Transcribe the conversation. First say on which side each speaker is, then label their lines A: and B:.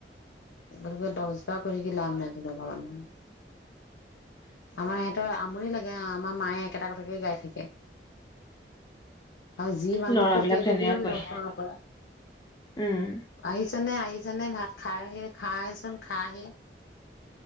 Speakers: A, on the left; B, on the left.
A: একেলগে দহ বাৰ কৰি লাভ নাই <unintelligible> আমাৰ ইয়াত তই আমনি লাগে আমাৰ মায়ে একেটা কথাকে গাই থাকে। আৰু যি মানুহ
B: ল'ৰাবিলাক
A: খতিয়াই
B: তেনেকে
A: থাকিলেও
B: কয়।
A: লৰ চৰ নকৰে।
B: উম।
A: আহিছানে আহিছানে ভাত খাই হে খাইহে চোন খাহি,